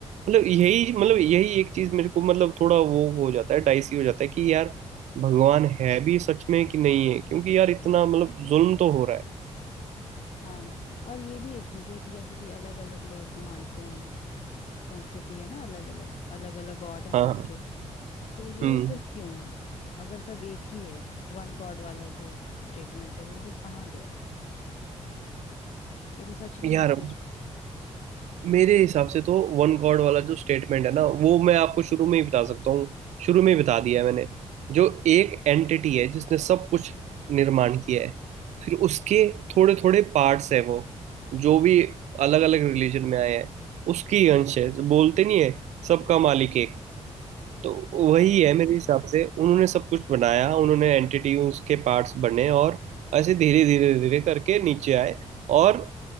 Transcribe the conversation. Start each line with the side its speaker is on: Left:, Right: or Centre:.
Right: मतलब यही मतलब यही एक चीज मेरे को मतलब थोड़ा वो हो जाता है डाइसी हो जाता है कि यार भगवान है भी सच में कि नहीं है क्योंकि यार इतना मतलब जुल्म तो हो रहा है
Left: हाँ और ये भी एक चीज है कि जैसे कि अलग अलग लोग मानते हैं संस्कृति है ना अलग अलग अलग अलग गॉड है
Right: हाँ
Left: सबके
Right: हाँ
Left: तो ये
Right: हम्म
Left: फिर क्यों है अगर सब एक ही है वन गॉड वाला जो स्टेटमेंट है वो फिर कहाँ गया ये तो सच नहीं
Right: यार
Left: है फिर
Right: मेरे हिसाब से तो वन गॉड वाला जो स्टेटमेंट है ना वो मैं आपको शुरू में ही बता सकता हूँ शुरू में ही बता दिया है मैंने जो एक एंटिटी है जिसने सब कुछ निर्माण किया है फिर उसके थोड़े थोड़े पार्ट्स है वो जो भी अलग अलग रिलीजन में आए हैं उसकी ही अंश है जो बोलते नहीं है सबका मालिक एक तो
Left: अच्छा
Right: वही है मेरे हिसाब से उन्होंने सब कुछ बनाया उन्होंने एंटिटी उसके पार्ट्स बने और ऐसे धीरे धीरे धीरे करके नीचे आए और